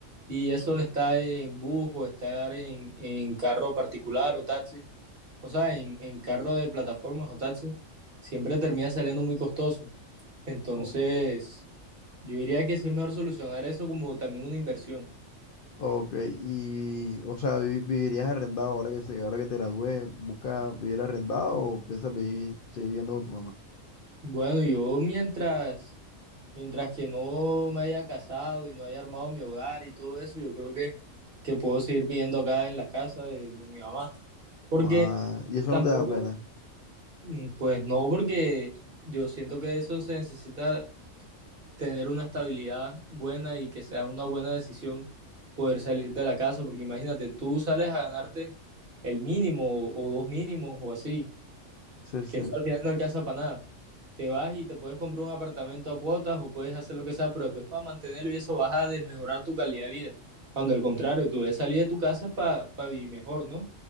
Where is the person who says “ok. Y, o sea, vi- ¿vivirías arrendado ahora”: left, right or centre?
Left